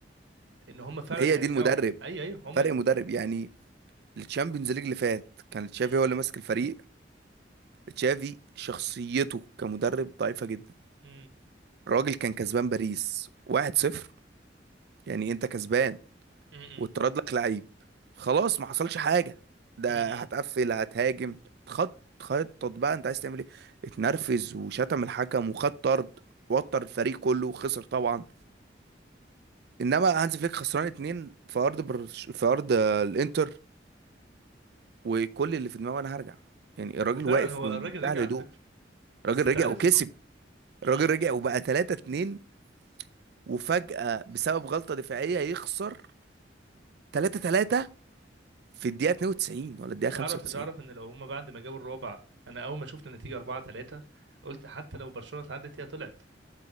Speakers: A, on the right; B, on the right.
A: ان هم فعلا
B: ما هي
A: هيرجعوا
B: دي المدرب
A: ايوه ايوه هم
B: فرق
A: م-
B: مدرب يعني الشامبيونز ليج اللي فات كان تشافي
A: م-
B: هو اللي ماسك الفريق تشافي شخصيته كمدرب ضعيفه جدا
A: م-
B: الراجل كان كسبان باريس 1-0 يعني انت كسبان
A: م-
B: واتطرد لك لعيب خلاص ما حصلش حاجه ده
A: م- م-
B: هتقفل هتهاجم خط خطط بقى انت عايز تعمل ايه اتنرفز وشتم الحكم وخد طرد وتر الفريق كله وخسر طبعا انما هانز فليك خسران اتنين في ارض برش... في ارض آه، الانتر وكل اللي في دماغه انا هرجع يعني الراجل
A: وفعلا
B: واقف
A: هو
B: بمنتهى
A: الراجل رجع
B: الهدوء
A: على فكره
B: الراجل
A: بس انت
B: رجع
A: عارف
B: وكسب
A: إن-
B: الراجل
A: إمم،
B: رجع وبقى 3 2 وفجأة بسبب غلطة دفاعية يخسر 3 3 في الدقيقة 92 ولا الدقيقة
A: تعرف
B: 95
A: تعرف ان لو هما بعد ما جابوا الرابع انا اول ما شفت النتيجه 4 3 قلت حتى لو برشلونه اتعدت هي طلعت